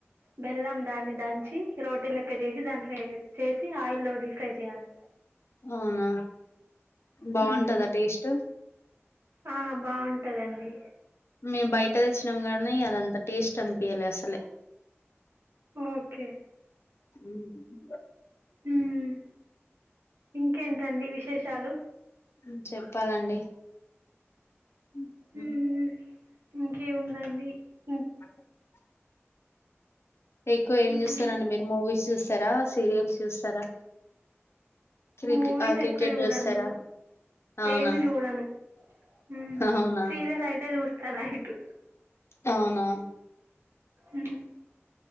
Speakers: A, on the right; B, on the left.
A: బెల్లం దాన్ని దంచి రోటీ లెక్క జేసి దాంట్లో చేసి ఆయిల్లో డీఫ్రై చేయాలి
B: అవునా బావుంటదా
A: మ్మ్
B: టేస్ట్
A: ఆ బావున్ టదండి
B: మీ బైట్ ట తెచ్చినామ్ గానీ అదంత టేస్ట్ టన్పియలే అస్సలే
A: ఓకే
B: మ్మ్
A: మ్మ్ ఇంకేంటండి విశేషాలు
B: మ్మ్ చెప్పాలండి మ్మ్ హ్మ
A: మ్మ్ ఇంకేముందండి ఇం-
B: అన్నం తిన్నారా ఎక్కువ ఏం
A: మ్మ్
B: జూస్తారండి మీరు మూవీస్ చూస్త్ తారా సీరియల్స్ చూస్తారా క్రికె
A: మూవీస్
B: ఆ క్రికెట్
A: ఎక్కవ చూడను
B: చూస్తారా అవునా
A: ఏమి చూడను మ్మ్
B: అవునా
A: సీరియల్ అయితే చూస్త్ కనహీటు
B: అవునా
A: మ్మ్